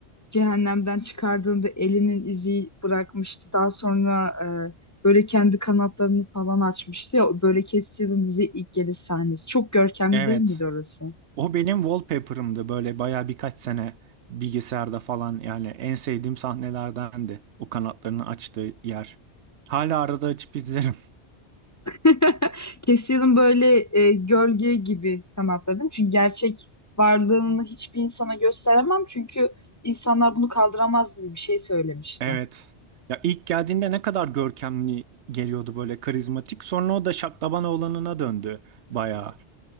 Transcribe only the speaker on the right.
Evet.
O benim wallpaper'ımdı böyle bayağı birkaç sene bilgisayarda falan yani en sevdiğim sahnelerdendi. O kanatlarını açtığı yer. Hala arada açıp izlerim.
Evet. Ya ilk geldiğinde ne kadar görkemli geliyordu böyle karizmatik. Sonra o da şaklaban oğlanına döndü bayağı.